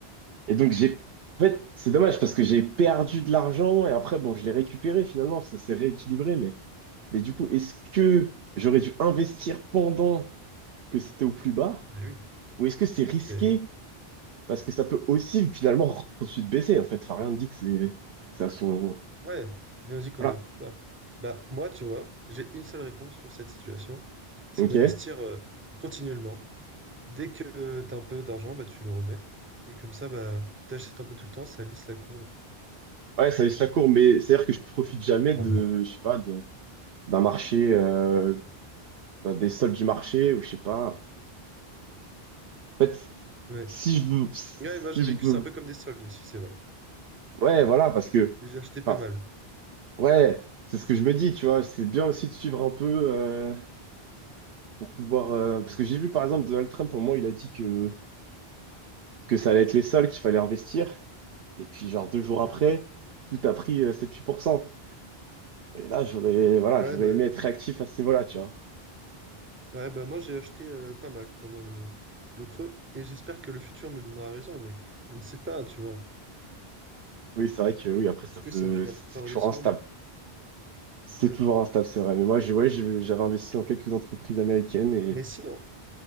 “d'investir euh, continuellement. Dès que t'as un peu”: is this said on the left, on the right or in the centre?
Right